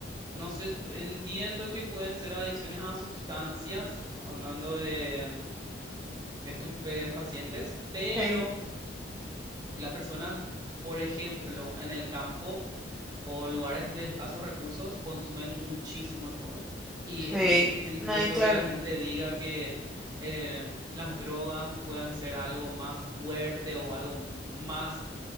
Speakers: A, on the right (about 20°); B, in the centre.
A: No sé, entiendo que pueden ser adicciones a sustancias, hablando de mm, estupefacientes, pero
B: sí,
A: las personas, por ejemplo, en el campo, o lugares de escasos recursos consumen muchísimo alcohol. Y el-
B: sí,
A: entiendo
B: no, y claro.
A: que la gente diga que eh, las drogas puedan ser algo más fuerte o algo más